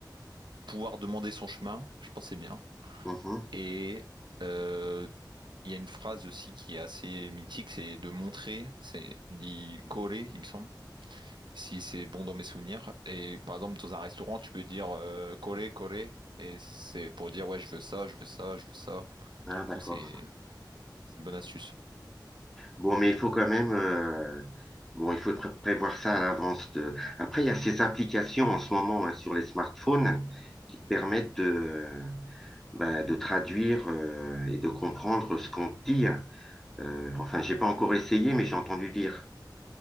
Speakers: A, on the right; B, in the centre.
A: pouvoir demander son chemin. Je pense que c'est bien.
B: mhm.
A: Et euh, il y a une phrase aussi qui est assez mythique, c'est de montrer, c'est dit coller, il me semble si c'est bon dans mes souvenirs. Et par exemple, dans un restaurant, tu peux dire euh, coller, coller, et c'est pour dire ouais, je veux ça, je veux ça, je veux ça.
B: Ah,
A: Du coup,
B: d'accord.
A: c'est c'est une bonne astuce.
B: Bon, mais il faut quand même, euh, bon, il faut pré- prévoir ça à l'avance. De... Après, il y a ces applications en ce moment hein, sur les smartphones qui te permettent de, euh, bah, de traduire euh, et de comprendre ce qu'on te dit. hein. Euh, enfin, j'ai pas encore essayé, mais j'ai entendu dire.